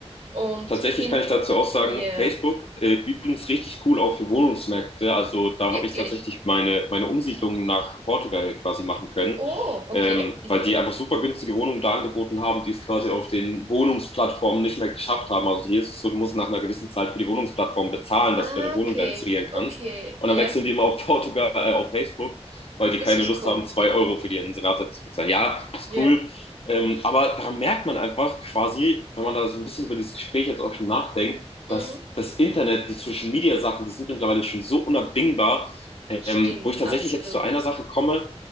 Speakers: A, on the right; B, on the left.
A: Und
B: Tatsächlich
A: hin,
B: kann ich dazu auch sagen,
A: yeah,
B: Facebook, äh, übrigens richtig cool auch für Wohnungsmärkte. Also da
A: wirklich.
B: habe ich tatsächlich meine, meine Umsiedlung nach Portugal quasi machen können,
A: Oh, okay.
B: ähm,
A: Mhm.
B: weil die einfach super günstige Wohnungen da angeboten haben, die es quasi auf den Wohnungsplattformen nicht mehr geschafft haben. Also hier ist es so, du musst nach einer gewissen Zeit für die Wohnungsplattform bezahlen,
A: Ah,
B: dass du deine
A: okay,
B: Wohnung da inserieren
A: okay,
B: kannst. Und
A: yeah,
B: dann wechseln die immer auf <laughs> Portugal, äh, auf Facebook, weil die
A: das
B: keine
A: ist
B: Lust
A: cool.
B: haben, zwei Euro für die Inserate zu bezahlen. Ja, ist
A: Yeah,
B: cool. Ähm, aber da merkt man einfach quasi, wenn man da so ein bisschen über dieses Gespräch jetzt auch schon nachdenkt,
A: mm,
B: dass das Internet, die Social Media Sachen, die sind mittlerweile schon so unabdingbar, ähm,
A: stimmt,
B: wo ich tatsächlich
A: absolut.
B: jetzt zu einer Sache komme.